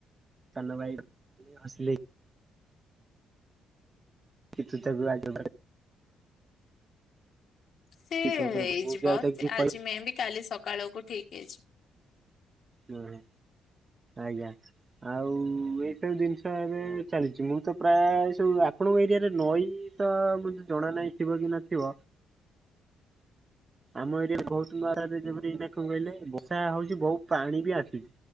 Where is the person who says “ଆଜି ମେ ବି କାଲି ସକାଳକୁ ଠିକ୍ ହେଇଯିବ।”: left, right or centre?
Left